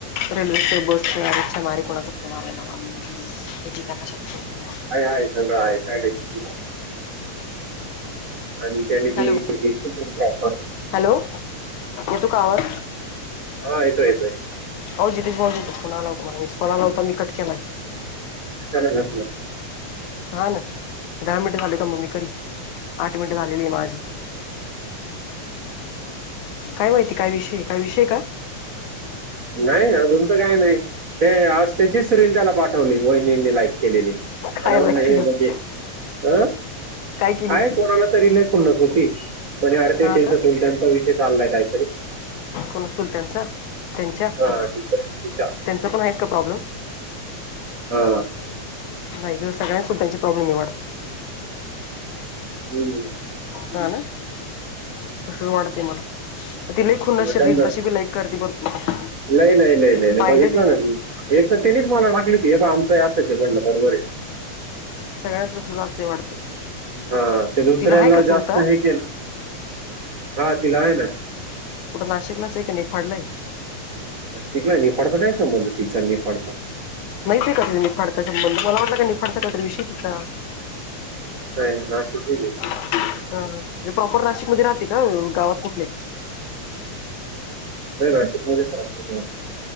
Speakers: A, on the left; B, on the right.
A: रेल्वेच बसच आरच्या मारी कोणाचा फोन आलाय मला हे हित कशाला फोन केला मला
B: काय आहेय सगळं आहे काय टेन्शन नाही आणि त्याने
A: हॅलो
B: तेी दिसतो त्यांची ऑफर
A: हॅलो येतो का आवाज
B: हा येतोय येतोय
A: हो जितेश मोला होता मला विस्कॉलावता मी क केलाय
B: मशाला घला
A: हा ना दहा मिनट झाले का मम्मी करी आठ मिनट झालेली आहे माझी काय माहिती काय विषय काय विषय का?
B: नाही अजून तर काय नाही ते आज त्याचीच रीलील त्याला पाठवली वहिनींनी लायक केलेले त्याला
A: काय
B: म्हणलं
A: लाईक
B: हे
A: केली
B: म्हणजे
A: होती
B: अ
A: काय केली होती
B: आहे कोणाला तरी खुन्नस होती म्हण अर्थ त्यांचा
A: हा का
B: सुलताचा विषय चाललाय काही तरी
A: कोणा चुलत्यांचा त्यांच्या
B: हा,
A: त्यांच
B: तिच्या- तिच्या.
A: पण आहेच का प्रॉब्लेम.
B: हा
A: बाई ग सगळ्या सुट्ट्यांचे प्रॉब्लेम वाटतं
B: हम् ह.
A: हा ना कस वाढते मला ति लेक ह नशीर
B: धनगर
A: रल तशी बी लाईक करते भरपूर
B: लय लय लय लय लय
A: पाहिलेली
B: बघितलं
A: मी
B: ना एक तर त्यानीच मला टाखली ती हे बा आमचं हे असायच म्हणलं बरोबर आहे.
A: सगळ्याच तस जास्त वाटतं.
B: हा ते दुसऱ्याला
A: तिला आहे का चुलता
B: जास्त हे केलं हा तिला आहे ना.
A: कुठं नाशिकलाच एक का नाही फाडलंय.
B: शिकला निफाडचा काय संबंध तिच निफाडता.
A: नाहीत आहे का त निफाडचा संबंध मला वाटला का निफाडचा काहीत विषय तिचा
B: नाही नाही ना किध देे.
A: हाे प्रॉपर नाशिकमध्येध्ये राहते का गावात कुठले?
B: नाही ना.